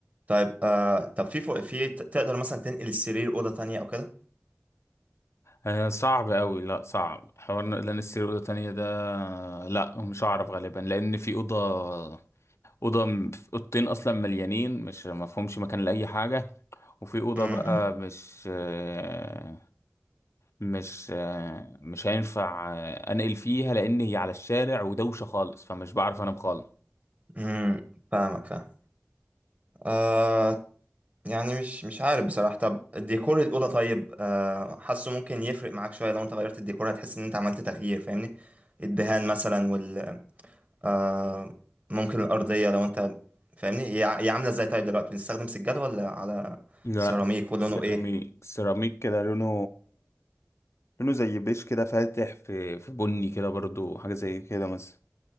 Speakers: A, on the right; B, on the left.
A: طيب آه طب في فوق في ت- تقدر مثلا تنقل السرير أوضة تانية أو كده
B: آه صعب قوي لا صعب حوار إن- لان السرير اوضه تانية ده لا مش هعرف غالبا لان في اوضه اوضه م- اوضتين اصلا مليانين مش مفهومش مكان لاي حاجه وفي أوضة
A: امم
B: بقى مش آه، مش آه، مش هينفع آه، أنقل فيها لأن هي على الشارع ودوشة خالص فمش بعرف أنام خالص
A: امم فاهمك فاهم آه يعني مش مش عارف بصراحة طب ديكور الأوضة طيب آه حاسه ممكن يفرق معاك شوية لو أنت غيرت الديكور هتحس إن أنت عملت تغيير فاهمني الدهان مثلا وال آه ممكن الأرضية لو أنت فاهمني هي ع- هي عاملة إزاي طيب دلوقتي بنستخدم سجاد ولا على
B: لا
A: سيراميك ولونه
B: سيراميك
A: إيه
B: سيراميك كده لونه لونه زي بيش كده فاتح في في بني كده برضو حاجة زي كده مثلا